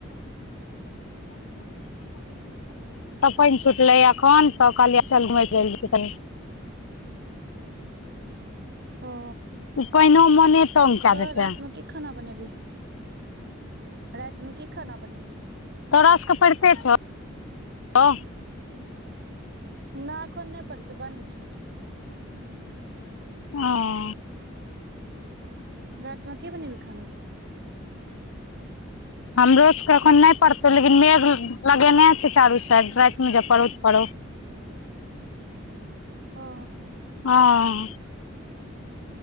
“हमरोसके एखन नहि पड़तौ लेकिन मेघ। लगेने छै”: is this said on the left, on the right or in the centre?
Left